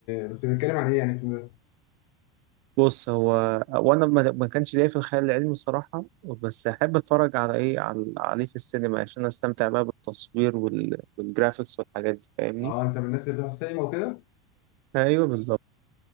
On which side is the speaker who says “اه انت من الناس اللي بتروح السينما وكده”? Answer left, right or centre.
Left